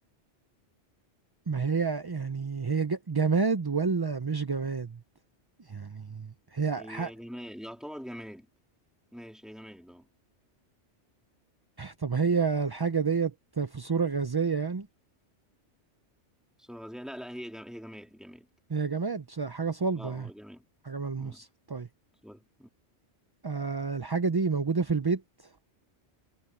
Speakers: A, on the right; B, in the centre.
A: ما هي يعني هي ج- جماد ولا مش جماد يعني هي
B: هي
A: حق
B: جماد يعتبر جماد ماشي هي جماد اه
A: طب هي
B: تمام.
A: الحاجة ديت في صورة غازية يعني
B: صورة غازية لا لا هي جماد هي جماد جماد
A: هي جماد ش- حاجة صلبة
B: اه
A: يعني
B: اه جماد
A: حاجة ملموسة
B: آه،
A: طيب
B: سوري
A: آه الحاجة دي موجودة في البيت